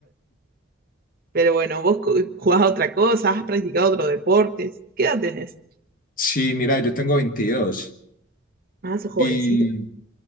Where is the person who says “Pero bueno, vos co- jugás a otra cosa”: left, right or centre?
Right